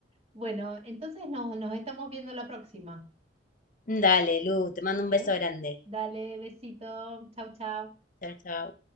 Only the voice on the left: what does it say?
dale, Lu, te mando
un beso grande.
Chao, chao.